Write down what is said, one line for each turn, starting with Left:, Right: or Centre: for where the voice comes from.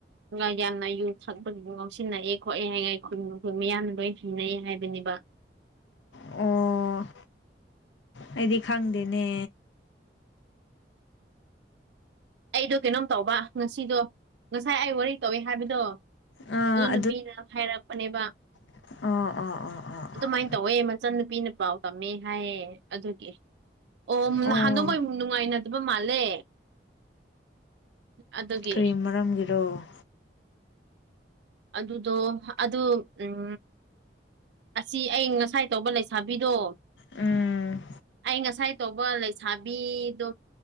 Right: ꯅꯨꯉꯥꯏꯌꯥꯝꯅ ꯌꯨ ꯊꯛꯄ ꯌꯨ ꯉꯥꯎꯁꯤꯟꯅꯩꯌꯦ ꯈꯣꯠꯂꯦ ꯍꯥꯏꯉꯥꯏ ꯈꯨꯟ ꯃꯤꯌꯥꯝꯅ ꯂꯣꯏ ꯊꯤꯡꯅꯩ ꯍꯥꯏꯕꯅꯦꯕ
Left: ꯑꯣ ꯑꯩꯗꯤ ꯈꯪꯗꯦꯅꯦ
Right: ꯑꯩꯗꯣ ꯀꯩꯅꯣꯝ ꯇꯧꯕ ꯉꯁꯤꯗꯣ ꯉꯁꯥꯏ ꯑꯩ ꯋꯥꯔꯤ ꯇꯧꯋꯦ ꯍꯥꯏꯕꯗꯣ
Left: ꯑꯥ
Right: ꯑꯗꯨ ꯅꯨꯄꯤꯅ ꯍꯥꯏꯔꯛꯄꯅꯦꯕ
Left: ꯑꯣ ꯑꯣ ꯑꯣ ꯑꯣ ꯑꫭ
Right: ꯑꯗꯨꯃꯥꯏꯅ ꯇꯧꯋꯦ ꯃꯆꯟ ꯅꯨꯄꯤꯅ ꯄꯥꯎ ꯇꯝꯃꯦ ꯍꯥꯏꯌꯦ ꯑꯗꯨꯗꯤ ꯑꯣ
Left: ꯑꯣ
Right: ꯅꯍꯥꯟꯗꯣꯃꫭꯏ ꯅꯨꯡꯉꯥꯏꯅꯗꯕ ꯃꯥꯜꯂꯦ ꯑꯗꯨꯒꯤ
Left: ꯀꯔꯤ ꯃꯔꯝꯒꯤꯔꯣ
Right: ꯑꯗꯨꯗꯣ ꯑꯗꯨ ꯎꯝ ꯑꯁꯤ ꯑꯩ ꯉꯁꯥꯏ ꯇꯧꯕ ꯂꯩꯁꯥꯕꯤꯗꯣ
Left: ꯎꯝ
Right: ꯑꯩ ꯉꯁꯥꯏ ꯇꯧꯕ ꯂꯩꯁꯥꯕꯤꯗꯣ